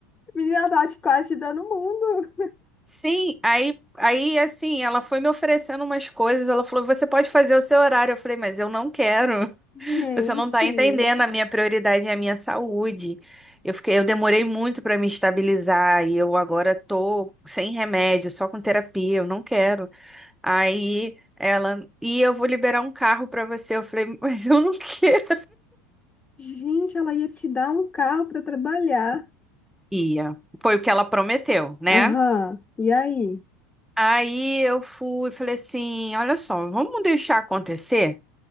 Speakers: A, on the left; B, in the centre.
A: menina, ela tava te quase te dando o mundo.
B: <laughs> Sim, aí, aí assim, ela foi me oferecendo umas coisas. Ela falou, você pode fazer o seu horário. Eu falei, mas eu não quero.
A: Gente,
B: Você não tá entendendo, a minha prioridade é a minha saúde. Eu fiquei, eu demorei muito para me estabilizar e eu agora tô sem remédio, só com terapia, eu não quero. Aí ela, e eu vou liberar um carro para você. Eu falei, <laughs> mas eu não quero.
A: gente, ela ia te dar um carro pra trabalhar.
B: Ia. Foi o que ela prometeu, né?
A: Aham, e aí?
B: Aí eu fui, e falei assim, olha só, vamos deixar acontecer?